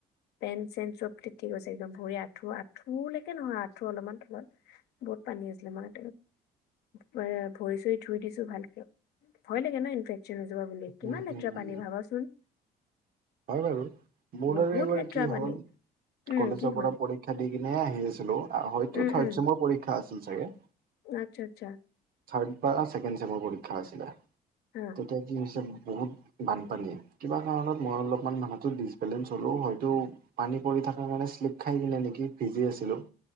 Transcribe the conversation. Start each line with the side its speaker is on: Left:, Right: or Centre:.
Left: পেণ্ট চেনট চব তিতি গৈছে একদম ভৰি আঠু আঁঠুলৈকে নহয় আঁঠু অলপমান তলত। বহুত পানী আছিলে মাৰ ভৰি চৰি ধুই দিছো ভালকে ভয় লাগে ন ইনফেক্ট। জবা বুলি কিমান
Right: উম হম
Left: লেতেৰা
Right: হম
Left: পানী ভাবাচোন।
Right: হয় বাৰু বৰ্ডাৰ
Left: বহুত
Right: এবাৰ
Left: লেতেৰা
Right: কি
Left: পানী।
Right: হল।
Left: উম
Right: কলেজৰ
Left: কি
Right: পৰা
Left: হ'ল
Right: পৰীক্ষা দি কিনে আহি আছিলো আৰু হয়তো
Left: উম
Right: থাৰ্ড
Left: উম
Right: চেমৰ পৰীক্ষা আছিল চাগে।
Left: আচ্ছা আচ্ছা।
Right: থাৰ্ড বা ছেকেণ্ড চেমৰ পৰীক্ষা আছিলে।
Left: হম।
Right: তেতিয়া কি হৈছে বহুত বানপানী কিবা কাৰণত। মই অলপমান মানুহটো ডিচবেলেঞ্চ হ'লো হয়তো। পানী পৰি থকাৰ কাৰণে শ্লিপ খাই দিলে নেকি ভিজি আছিলো।